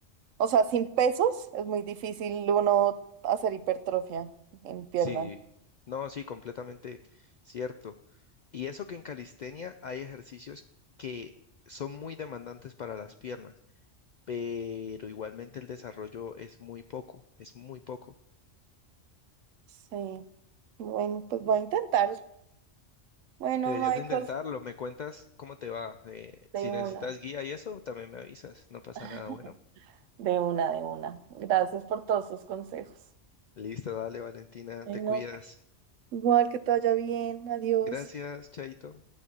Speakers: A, on the right; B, on the left.
A: o sea, sin pesos es muy difícil uno hacer hipertrofia en pierna.
B: Sí, no, sí, completamente cierto. Y eso que en calistenia hay ejercicios que son muy demandantes para las piernas, pero igualmente el desarrollo es muy poco, es muy poco.
A: Sí, bueno, pues voy a intentar. Bueno,
B: Deberías
A: Michael,
B: de intentarlo. Me cuentas cómo te va. eh,
A: de
B: si
A: una,
B: necesitas guía y eso, también me avisas. No pasa
A: <laughs>
B: nada. Bueno,
A: de una, de una. Gracias por todos tus consejos.
B: listo, dale, Valentina.
A: Bueno,
B: Te cuidas.
A: igual que te vaya bien, adiós.
B: Gracias, Chaito.